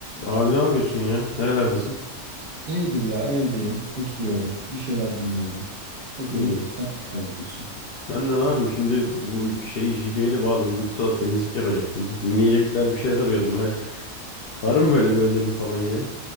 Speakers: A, on the left; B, on the right.
A: Abi ne yapıyorsun ya? Nerelerdesin?
B: İyidir ya evdeyim, oturuyorum, bir şeyler dinliyorum, takılıyorum.
A: İyi.
B: Sen ne yapıyorsun?
A: Ben de ne yapayım şimdi bu şeyi JBL'e bağladım. Bulut'a temizlik yapacaktım. Dinleyecekler bir şeyler arıyordum. He. Var mı böyle bir önerim falan ya?